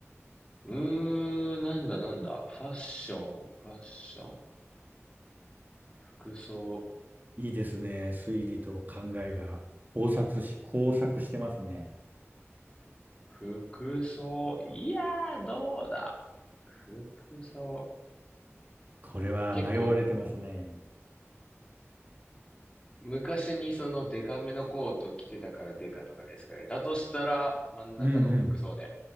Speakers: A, on the left; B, on the right.
A: うーん、なんだなんだ。ファッション、ファッション、服装、
B: いいですね。推理と考えが交錯し、交錯してますね。
A: 服装、いやー、どうだ。服装。
B: これは迷われてますね。
A: 結構、昔にそのデカめのコート着てたからデカとかですかね。だとしたら、真ん中の服装で、
B: うんうん。